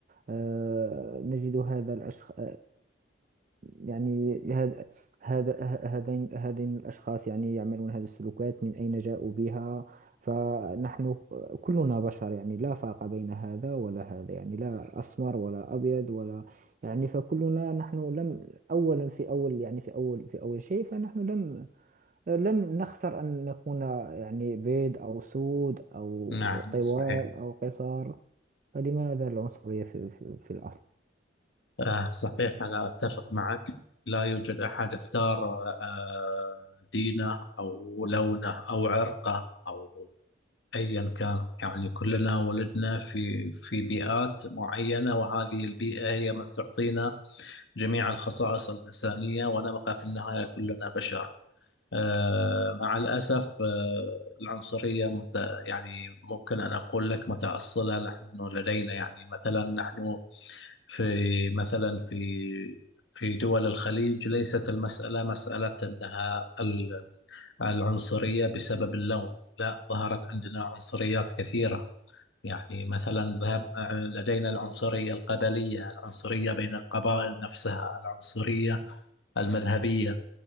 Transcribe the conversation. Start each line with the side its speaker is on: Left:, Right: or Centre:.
Right: آه، نجد هذا الأشخاص يعني هذا هذا هذين هذين الأشخاص يعني يعملون هذه السلوكات من أين جاءوا بها فنحن كلنا بشر يعني لا فرق بين هذا ولا هذا يعني لا أسمر ولا أبيض ولا يعني فكلنا نحن لم أولا في أول يعني في أول في أول شيء فنحن لم لم نختر أن نكون يعني بيض أو سود أو
Left: نعم
Right: طوال
Left: صحيح
Right: أو قصار فلماذا العنصرية في, في, في الأصل؟
Left: آه صحيح أنا أتفق معك لا يوجد أحد اختار آه دينه أو لونه أو عرقه أو أيا كان يعني كلنا ولدنا في في بيئات معينة وهذه البيئة هي من تعطينا جميع الخصائص الإنسانية ونبقى في النهاية كلنا بشر آه مع الأسف آه العنصرية مت يعني ممكن أن أقول لك متأصلة نحن لدينا يعني مثلا نحن في مثلا في في دول الخليج ليست المسألة مسألة أنها ال- العنصرية بسبب اللون لا ظهرت عندنا عنصريات كثيرة يعني مثلا ذهب لدينا العنصرية القبلية العنصرية بين القبائل نفسها العنصرية المذهبية